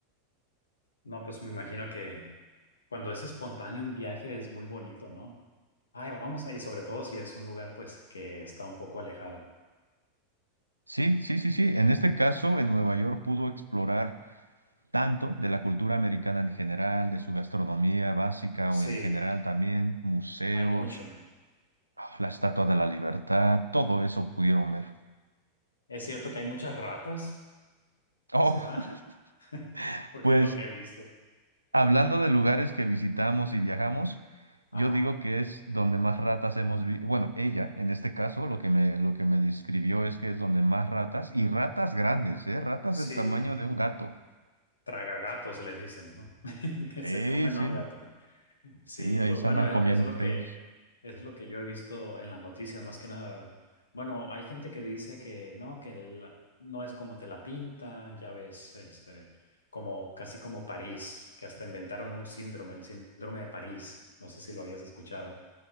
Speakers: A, on the left; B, on the right.
A: No, pues me imagino que cuando es espontáneo un viaje es muy bonito, ¿no? Ay, vamos ahí, sobre todo si es un lugar pues que está un poco alejado.
B: Sí, sí, sí, sí. En este caso, en Nueva York pudo explorar tanto de la cultura americana en general, de su gastronomía básica o
A: Sí.
B: en general también, museos,
A: Hay mucho.
B: ah, la Estatua de la Libertad, todo eso pudieron ver.
A: Es cierto que hay muchas ratas,
B: Oh,
A: ¿será? <laughs>
B: <laughs>
A: Porque
B: pues
A: es lo que he visto.
B: Hablando de lugares que visitamos y viajamos,
A: Ajá.
B: yo digo que es donde más ratas hemos visto. Bueno, ella, en este caso, lo que me, lo que me describió es que es donde más ratas, y ratas grandes, ¿eh? Ratas
A: Sí,
B: del tamaño de un gato.
A: tragagatos les dicen, ¿no? <laughs> Que
B: Sí,
A: se comen
B: sí.
A: a un gato. Sí,
B: Sí, ahí
A: pues
B: se
A: bueno,
B: andan
A: e-
B: comiendo
A: es, lo
B: entre
A: que
B: ellos.
A: es lo que yo he visto en las noticias, más que nada. Bueno, hay gente que dice que no, que la- no es como te la pintan, ya ves, este, como casi como París, que hasta inventaron un síndrome, el síndrome de París. No sé si lo habías escuchado.